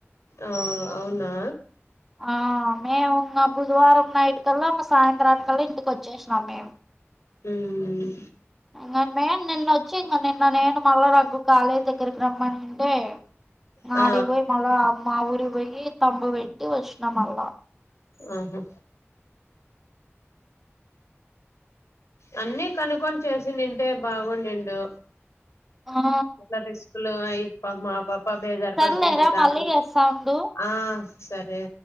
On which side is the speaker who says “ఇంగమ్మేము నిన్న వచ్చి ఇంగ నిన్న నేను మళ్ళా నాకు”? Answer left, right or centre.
Centre